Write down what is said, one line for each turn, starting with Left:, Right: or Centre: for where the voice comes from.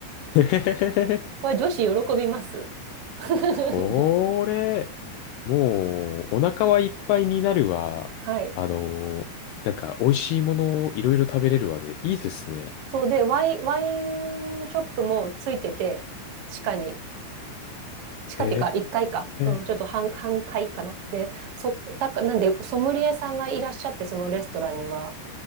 Left: え、<laughs> へへへへへ。
Right: これ女子喜びます。<laughs>
Left: これ、もう、お腹はいっぱいになるわ。
Right: はい。
Left: あのなんか、美味しいものをいろいろ食べれるわで、いいですね。
Right: そうで、ワイン、ワインショップもついてて、地下に、地下っていうか1階かいか。
Left: へ
Right: うん、
Left: え。
Right: ちょっと半、半階かな。で、そ、だか、なんで、ソムリエさんがいらっしゃって、そのレストランには。